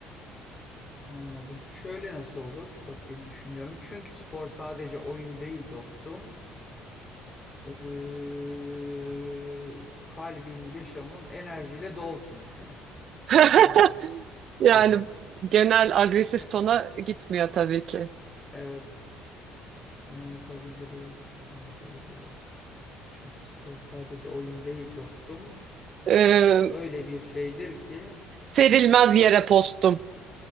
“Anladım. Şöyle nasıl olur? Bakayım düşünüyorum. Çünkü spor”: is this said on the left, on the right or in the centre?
Left